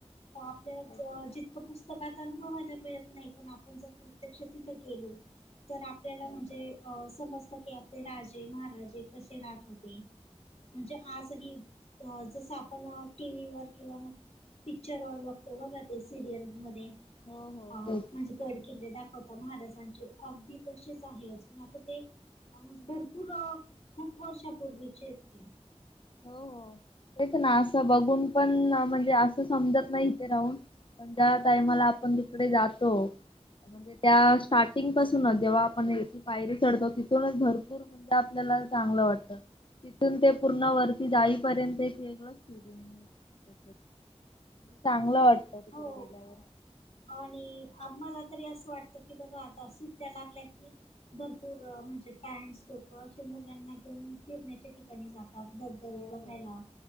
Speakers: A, on the left; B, on the left.
A: हो, आपल्यालाच
B: तेच तेच
A: जितकं पुस्तकात अनु भवायला मिळत नाही. पण आपण जर, प्रत्यक्ष तिथं गेलो तर आपल्याला
B: हो
A: म्हणजे अ समजतं की, आपले राजे महाराजे कसे राहत होते? म्हणजे आजही जस आपण टी व्ही वर किंवा मग पिक्चर व बघतो बघा ते सिरियल मध्ये,
B: हो हो
A: अ
B: तेच
A: म्हणजे पड किल्ले दाख कथा महाराजांचे अगदी तसेच आहे, अजून आता ते हा म्हणजे भरपूर खूप वर्षापूर्वीचे आहेत ते
B: हो, हो तेच ना असं बघून पण म्हणजे असं समजत नाही इथे राहून पण त्या टाइमाला आपण तिकडे जातो म्हणजे त्या स्टार्टिंग पासूनच जेव्हा आपणी पायरी चढतो तिथूनच भरपूर म्हणजे आपल्याला चागलं वाटत, तिथून ते पूर्ण वर जाईपर्यंत एक वेगळच फीलिंग होतं तेच्यात, चांगलं वाटतं तिकडे
A: हो
B: गेल्यावर
A: आणि आम्हाला तरी असं वाटतं की बाबा आता सुट्ट्या लागल्या की भरपूर म्हणजे पँट, सौटर घेऊन असे मुलांना घेऊन फिरण्याच्या ठिक जातात धब, धबे
B: हो
A: बघायला
B: हो